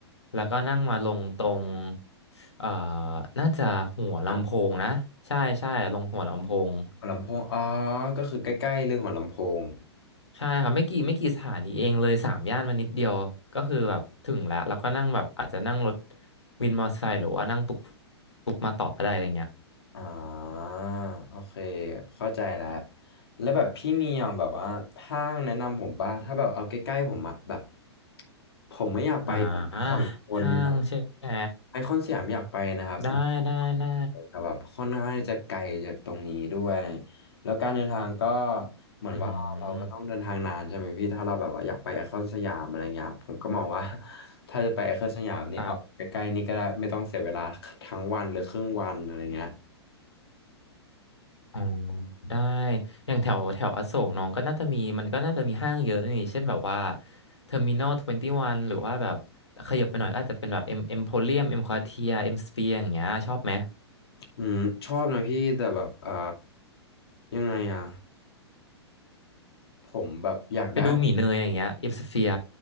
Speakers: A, on the left; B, on the left.
A: แล้วก็นั่งมาลงตรง เอ่อ น่าจะหัวลำโพงนะ
B: อ่ะ
A: ใช่ใช่ลงหัวลำโพง
B: หัวลำโพงอ๋อก็คือใกล้ๆเรื่องหัวลำโพง
A: ใช่ครับไม่กี่ไม่กี่สถานีเองเลยสามย่านมานิดเดียวก็คือแบบถึงแล้วแล้วก็นั่งแบบอาจจะนั่งรถวินมอเตอร์ไซค์หรือว่านั่งตุกตุกมาต่อก็ได้อะไรเงี้ย
B: อ่าโอเคเข้าใจแล้ว แล้วแบบพี่มีอย่างแบบว่าห้างแนะนำผมป่ะถ้าแบบเอาใกล้ๆผมอะแบบผมไม่อยากไป
A: อ่า
B: ฝั่งทนอะ
A: ห้างใช่ไหม
B: ไอคอนสยามอยากไปนะครับผม
A: ได้ได้ได้
B: แต่แบบค่อนข้างที่จะไกลจากตรงนี้ด้วยแล้วการเดินทางก็เหมือนว่าเราก็ต้องเดินทางนานใช่ไหมพี่ถ้าเราแบบว่าอยากไปไอคอนสยามอะไรเงี้ยผมก็มองว่า
A: อืม
B: <laughs> ถ้าจะไปไอคอนสยามนี่เอาใกล้ๆนี่ก็ได้ไม่ต้องเสียเวลาทั้งวันหรือครึ่งวันอะไรเงี้ย
A: ครับ อ๋อได้อย่างแถวแถวอโศกน้องก็น่าจะมีมันก็น่าจะมีห้างเยอะนี่เช่นแบบว่าเทอร์มินอลทเวนตี้วันหรือว่าแบบขยับไปหน่อยก็อาจจะเป็นแบบเอ็มเอ็มโพเรียมเอ็มควอเทียเอ็มสเฟียอย่างเงี้ยชอบไหม
B: อืมชอบนะพี่แต่แบบเอ่อยังไงอ่ะผมแบบอยากได้
A: ไปดูหมีเนยอย่างเงี้ยเอ็มสเฟีย